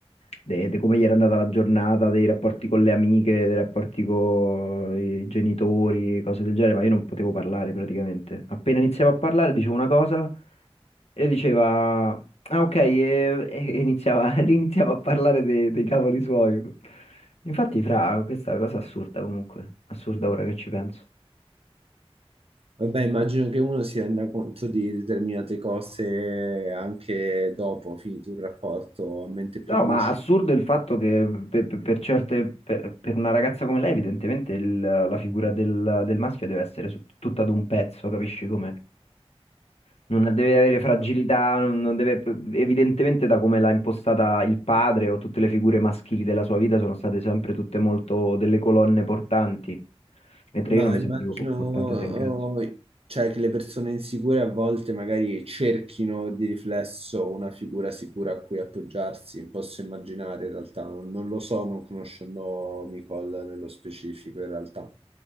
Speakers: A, on the left (about 80°); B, on the right (about 65°).
A: de de come gli era andata la giornata, dei rapporti con le amiche, dei rapporti con i genitori, cose del genere, ma io non potevo parlare praticamente. Appena iniziavo a parlare dicevo una cosa e diceva, ah ok, e, e iniziava, <laughs> iniziava a parlare dei, dei cavoli suoi. Infatti, fra, questa è una cosa assurda comunque, assurda ora che ci penso.
B: Vabbè, immagino che uno si renda conto di determinate cose anche dopo, finito il rapporto, a mente più
A: No,
B: lucida.
A: ma assurdo il fatto che per, per- per certe, per, per una ragazza come lei, evidentemente il- la figura del, del maschio deve essere su- tutta ad un pezzo, capisci come? Non deve avere fragilità, non, non deve, evidentemente da come l'ha impostata il padre o tutte le figure maschili della sua vita sono state sempre tutte molto delle colonne portanti, mentre
B: Ma
A: io non mi
B: immagino,
A: sentivo po- portata
B: oh,
A: da un cazzo.
B: cioè, che le persone insicure a volte magari cerchino di riflesso una figura sicura a cui appoggiarsi, posso immaginare in realtà, non, non lo so, non conoscendo Nicole nello specifico in realtà,